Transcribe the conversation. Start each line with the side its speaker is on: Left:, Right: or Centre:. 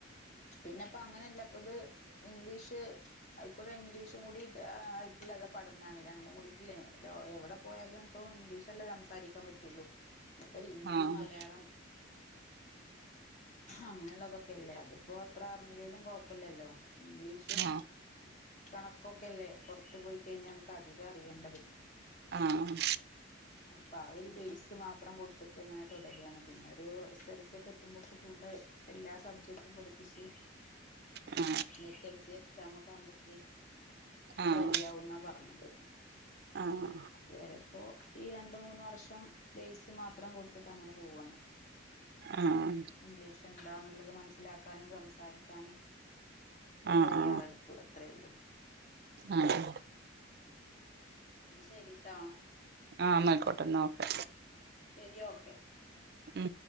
Left: പിന്നെപ്പ അങ്ങനെയല്ല ഇപ്പൊ ഇത് ഇംഗ്ലീഷ് അയിക്കൂടെ ഇംഗ്ലീഷും കൂടിട്ട് ആയിട്ടുള്ളത് പഠനാണ് രണ്ടും കൂടിയിട്ടുള്ളേ എവിടെ പോയാലും ഇപ്പം ഇംഗ്ലീഷ അല്ലേ സംസാരിക്കാൻ പറ്റുള്ളൂ ഇപ്പൊ ഹിന്ദി,
Right: ആഹ്
Left: മലയാളം അങ്ങനെയുള്ളതൊക്കെ അല്ലേ അത് ഇപ്പൊ അത്ര അറിഞ്ഞില്ലേലും കൊഴപ്പല്ലല്ലോ ഇംഗ്ലീഷും
Right: ആഹ്
Left: കണക്കൊക്കെല്ലേ പുറത്തു പോയി കഴിഞ്ഞാൽ നമ്മക്ക് അധികം അറിയേണ്ടത്
Right: ആഹ് ആ
Left: അപ്പ ആ ഒരു ബേസ് മാത്രം കൊടുത്തിട്ട് ഇങ്ങനെ തുടരാണ് പിന്നെ ഒരു എസ് എൽ സി ഒക്കെ എത്തുമ്പോക്ക് ഫുള്ള് എല്ലാ സബ്ജക്ടും പഠിപ്പിച്ച്
Right: ഏ
Left: എസ് എൽ സി എക്സാമ ഒക്കെ ആവുമ്പോക്ക്
Right: ആഹ്
Left: റെഡി ആവുന്നാ പറഞ്ഞത്
Right: ആഹ്
Left: ഇതുവരെ ഇപ്പോ ഈ രണ്ട് മൂന്ന് വർഷം ബേസ് മാത്രം കൊടുത്തിട്ട് അങ്ങനെ പോവാണ്
Right: ആഹ്
Left: ഇംഗ്ലീഷ് എന്താന്നുള്ളത് മനസ്സിലാക്കാനും സംസാരിക്കാനും ഒരു
Right: ആഹ്
Left: തയ്യാറെഎടുപ്പ്
Right: ആഹ്
Left: അത്രയുള്ളൂ
Right: ആഹ്
Left: ന്നാ ശരി ട്ടോ
Right: ആ ന്നാ അയ്ക്കോട്ടെ ന്നാ ഓക്കെ
Left: ശരി ഓക്കെ
Right: ഉം